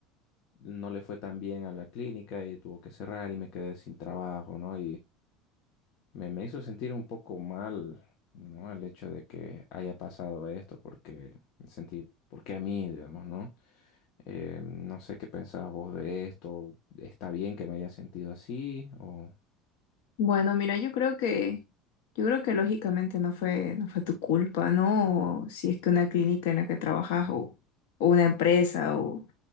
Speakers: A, on the left; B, on the left.
A: no le fue tan bien a la clínica y tuvo que cerrar y me quedé sin trabajo, ¿no? me, me hizo sentir un poco mal, ¿no? El hecho de que haya pasado esto, porque sentí, ¿por qué a mí, digamos, ¿no? Eh, no sé qué pensás vos de esto. ¿Está bien que me haya sentido así? O...
B: Bueno, mira, yo creo que, yo creo que lógicamente no fue, no fue tu culpa, ¿no? Si es que una clínica en la que trabajas o, o una empresa o,